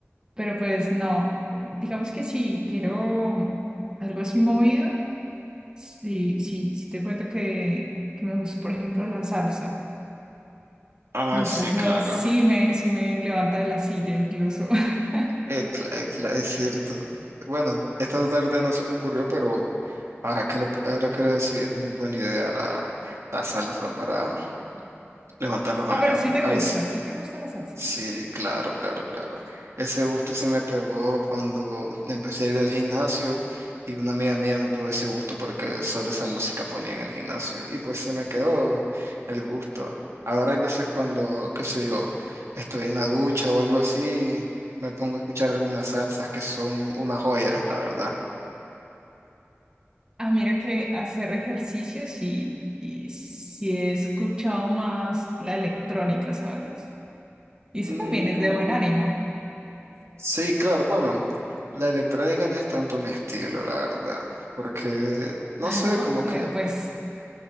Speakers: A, on the right (about 15°); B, on the right (about 75°).
A: pero pues no, digamos que si quiero algo así movido, sí, sí, sí te cuento que, que me gusta, por ejemplo, la salsa.
B: Ah,
A: La
B: sí,
A: salsa
B: claro.
A: sí me, sí me levanta de la silla incluso. <laughs>
B: Eh, cla- cla- es cierto. Bueno, esta tarde no se me ocurrió, pero ahora que lo, ahora que lo decís, es muy buena idea la, la salsa para levantar los ánimos.
A: Ah, pero sí te
B: Ahí,
A: gusta, sí te gusta la salsa.
B: Sí, claro, claro, claro. Ese gusto se me pegó cuando empecé a ir al gimnasio y una amiga mía me pegó ese gusto porque solo esa música ponía en el gimnasio y pues se me quedó el gusto. Ahora hay veces cuando, qué sé yo, estoy en la ducha o algo así, me pongo a escuchar algunas salsas que son una joya, la verdad.
A: Ah, mira que hacer ejercicios y y sí he escuchado más la electrónica, ¿sabes? Y eso
B: Mm,
A: también es de buen ánimo.
B: sí, claro, bueno, la electrónica no es tanto mi estilo, la verdad, porque, no
A: Ah,
B: sé,
A: no,
B: como que...
A: vea, pues